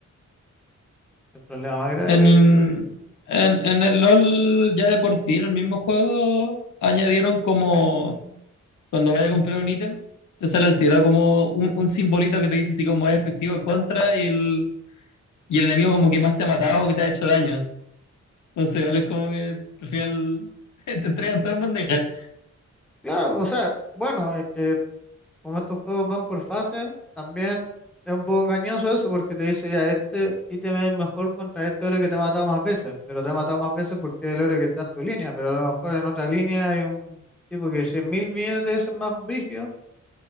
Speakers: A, in the centre; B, on the left (about 85°).
A: el problema más grave
B: En,
A: de hecho de...
B: en, en el LOL, ya de por sí, en el mismo juego, añadieron como cuando vayas a comprar un ítem, te sale al tiro como un, un simbolito que te dice así como es efectivo en contra y el, y el enemigo como que más te ha matado o que te ha hecho daño. Entonces, igual es como que al final <laughs> te entregan todo en bandeja.
A: Claro, o sea, bueno, es que como estos juegos van por fases, también es un poco engañoso eso porque te dice ya, este ítem es el mejor contra este héroe que te ha matado más veces, pero te ha matado más veces porque es el héroe que está en tu línea, pero a lo mejor en otra línea hay un tipo que es 100 mil millones de veces más brígido